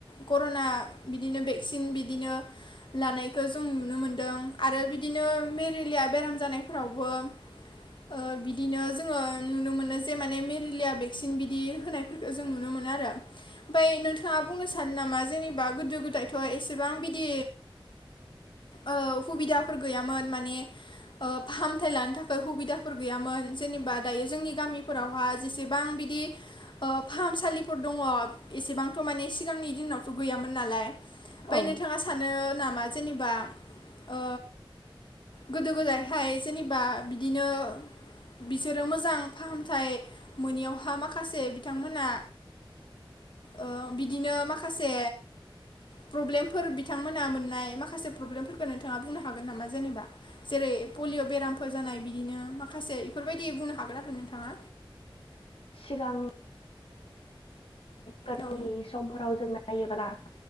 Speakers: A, on the left; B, on the left.
A: कर'ना बिदिनो भेक्सिन बिदिनो लानायखौ जों नुनो मोनदों दों आरो बिदिनो मेरेलिया बेराम जानायफोरावबो ओ बिदिनो जोङो नुनो मोनो जे माने मेलेरलिया भेक्सिन बिदि होनाय जों नुनो मोनो आरो ओमफ्राय नोंथाङा बुंनो सानो नामा जेनेबा गोदो गोदायथ' एसेबां बिदि ओ सुबिदाफोर गैयामोन माने फाहामथाय लानो थाखाय सुबिदाफोर गैयामोन जेनेबा दायो जोंनि गामिफोरावहा जेसेबां बिदि ओ फाहामसालिफोर दङ एसेबांथ' माने सिगांनि दिनावथ' गैयामोन नालाय ओमफ्राय
B: औ
A: नोंथाङा सानो नाम बा जेनेबा ओ गोदो गोदायहाय जेनेबा बिदिनो बिसोरो मोजां फाहामथाय मोनिआवहाय माखासे बिथांमोना ओ बिदिनो माखासे प्रब्लेमफोर बिथांमोना मोननाय माखासे प्रब्लेमफोरखौ नोंथाङा बुंनो हागोन नामा जेनेबा जेरै पलिय' बेरामफोर जानाय बिदिनो माखासे बेफोरबायदि बुंनो हागोन आरो नोंथाङा
B: सिगांनि फोरनि
A: औ
B: समफोराव जोंना जायोब्ला